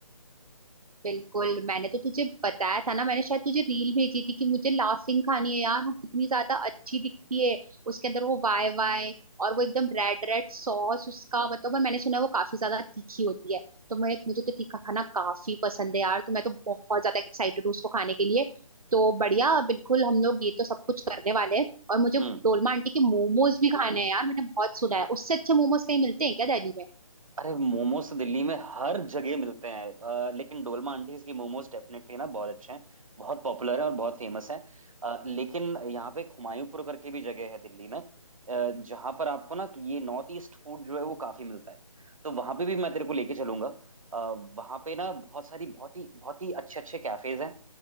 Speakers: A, on the right; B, on the right.
A: बिल्कुल मैंने तो तुझे बताया था ना मैंने शायद तुझे रील भेजी थी कि मुझे लाफिंग खानी है यार वो कितनी ज्यादा अच्छी दिखती है उसके अंदर वो वाई वाई और वो एकदम रेड रेड सॉस उसका मतलब और मैंने सुना है वो काफी ज्यादा तीखी होती है तो मैं मुझे तो तीखा खाना काफी पसंद है यार तो मैं तो बहुत ज्यादा एक्साइटेड हूँ उसको खाने के लिए तो बढ़िया बिल्कुल हम लोग ये तो सब कुछ करने वाले हैं और मुझे
B: हम्म।
A: डोलमा आंटी के मोमोज भी खाने हैं यार मैंने बहुत सुना है उससे अच्छे मोमोज कहीं मिलते हैं क्या दिल्ली में
B: अरे मोमोज तो दिल्ली में हर जगह मिलते हैं अ, लेकिन डोलमा आंटीज की मोमोज डेफिनेटली ना बहुत अच्छे हैं बहुत पॉपुलर हैं और बहुत फेमस हैं अ, लेकिन यहाँ पे एक हुमायूंपुर करके भी जगह है दिल्ली में अ, जहाँ पर आपको ना कि ये नॉर्थ ईस्ट फूड जो है वो काफी मिलता है तो वहाँ पे भी मैं तेरे को लेके चलूंगा अ, वहाँ पे ना बहुत सारी बहुत ही बहुत ही अच्छे अच्छे कैफेज हैं